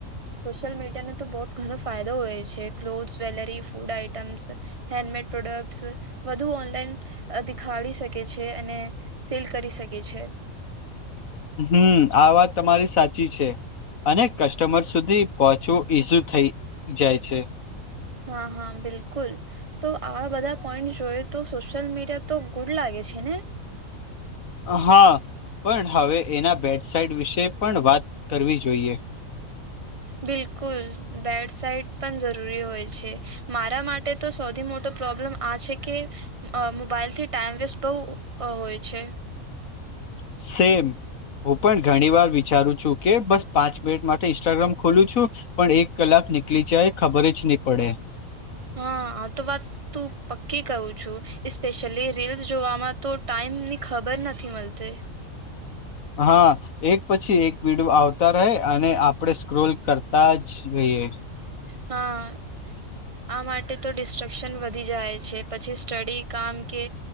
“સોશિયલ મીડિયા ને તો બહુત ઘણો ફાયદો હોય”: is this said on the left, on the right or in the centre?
Right